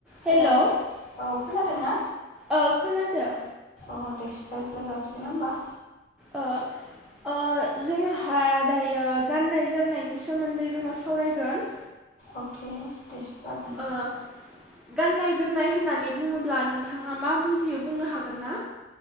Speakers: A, in the centre; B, on the left (about 40°).
A: हेलौ
B: हेल' औ खोनादों ना
A: ओ खोनादों
B: अ दे रायज्लाय जासिगोन ओमबा
A: ओ ओ जोंहा दायो गाननाय-जोमनायनि सोमोन्दै जोङो सावरायगोन
B: अके दे जागोन
A: ओ गाननाय जोमनाय होननानै बुङोब्ला नोंथाङा मा बुजियो बुंनो हागोन ना?